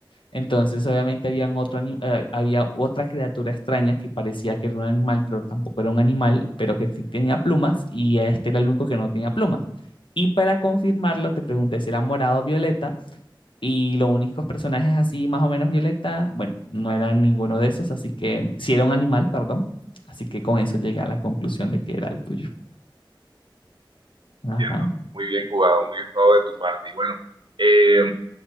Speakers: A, on the left (about 75°); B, on the right (about 65°).
A: Entonces, obviamente, habían otro ani- eh, había otra criatura extraña que parecía que era un animal, pero tampoco era un animal, pero que sí tenía plumas, y este era el único que no tenía plumas. Y para confirmarlo, te pregunté si era morado o violeta, y los únicos personajes así, más o menos violeta, bueno, no eran ninguno de esos, así que si era un animal, perdón. Así que con eso llegué a la conclusión de que era el tuyo. Ajá.
B: Entiendo. Muy bien jugado, muy bien jugado de tu parte. Y bueno, eh,